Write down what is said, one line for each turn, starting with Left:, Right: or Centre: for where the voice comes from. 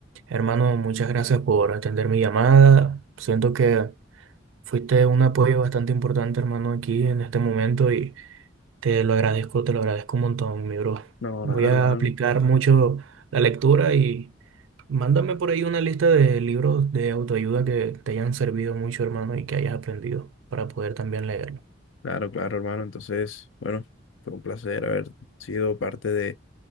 Right: hermano, muchas gracias por atender mi llamada. Siento que... Fuiste un apoyo bastante importante, hermano, aquí en este momento y te lo agradezco, te lo agradezco un montón, mi bro.
Left: No,
Right: Voy
Left: nada, hermano.
Right: a aplicar mucho la lectura y mándame por ahí una lista de libros de autoayuda que te hayan servido mucho, hermano, y que hayas aprendido para poder también leerlo.
Left: Claro, claro, hermano. Entonces, bueno, fue un placer haber sido parte de,